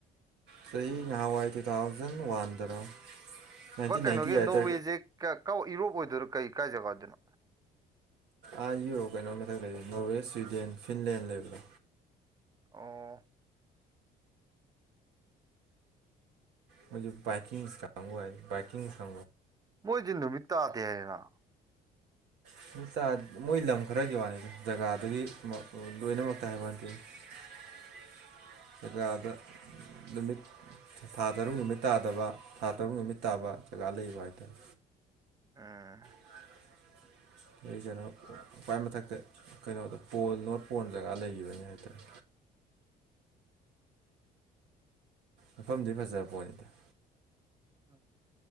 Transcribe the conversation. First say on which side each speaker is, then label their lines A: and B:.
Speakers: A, on the right; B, on the right.
A: ꯆꯍꯤ ꯅꯥꯎꯏ ꯇꯨ ꯊꯥꯎꯖꯟ ꯋꯥꯟꯗꯔꯣ ꯅꯥꯏꯟꯇꯤꯟ
B: ꯕ ꯀꯩꯅꯣꯒꯤ
A: ꯅꯥꯏꯟꯇꯤ ꯑꯥꯏꯠꯇ
B: ꯅꯣꯔꯋꯦꯁꯦ ꯀ ꯌꯨꯔꯣꯞ ꯑꯣꯏꯗꯣꯏꯔꯣ ꯀꯩ ꯀꯥꯏ ꯖꯒꯥꯗꯅꯣ
A: ꯑꯥ ꯌꯣ ꯀꯩꯅꯣ ꯃꯊꯛ ꯂꯩꯁꯦ ꯅꯣꯔꯋꯦ ꯁ꯭ꯋꯤꯗꯦꯟ ꯐꯤꯟꯂꯦꯟ ꯂꯩꯕꯗꯣ
B: ꯑ
A: ꯃꯥꯒꯤ ꯥꯏꯀꯤꯡ ꯁꯥꯎ ꯍꯥꯏꯥꯏ ꯥꯏꯀꯤꯡ ꯁꯨ
B: ꯃꯣꯏꯗꯤ ꯅꯨꯃꯤꯠ ꯇꯥꯗꯦ ꯍꯥꯏꯅ
A: <unintelligible> ꯃꯣꯏ ꯂꯝ ꯈꯔꯒꯤ ꯋꯥꯅꯤꯗ ꯖꯒꯥꯗꯨꯗꯒꯤ ꯂꯣꯏꯅꯃꯛꯇ ꯍꯥꯏꯕ ꯋꯥ ꯅꯠꯇꯦ
B: <inaudible>
A: <unintelligible> <unintelligible> ꯅꯨꯃꯤꯠ ꯊꯥ ꯇꯔꯨꯛ ꯅꯨꯃꯤꯠ ꯇꯥꯗꯕ ꯊꯥ ꯇꯔꯨꯛ ꯅꯨꯃꯤꯠ ꯇꯥꯕ ꯖꯒꯥ ꯂꯩꯕ ꯍꯥꯏꯇꯥꯔꯦ
B: ꯎꯝ
A: <unintelligible> ꯃꯊꯛꯇ ꯀꯩꯅꯣꯗ ꯄꯣꯜ ꯅꯣꯔꯠ ꯄꯣꯟꯜ ꯖꯒꯥ ꯂꯩꯈꯤꯕꯅꯤ ꯍꯥꯏꯇꯥꯔꯦ ꯃꯐꯝꯗꯤ ꯐꯖꯕ ꯄꯣꯠꯅꯤꯗ
B: <inaudible>